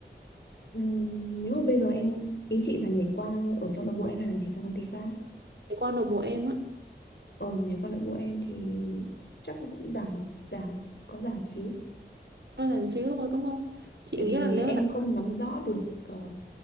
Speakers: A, on the left; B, on the right.
A: Ừm, nếu mà bây giờ em ý chị là nhảy qua ở trong nội bộ em hay là nhảy sang công ty khác
B: Nhảy qua nội bộ em á,
A: ờ nhảy qua nội bộ em thì chắc là cũng giảm giảm có giảm xíu
B: nó giảm xíu thôi đúng không? Chị
A: tại
B: nghĩ
A: vì
B: là nếu
A: em
B: giảm
A: không nắm rõ được ờ,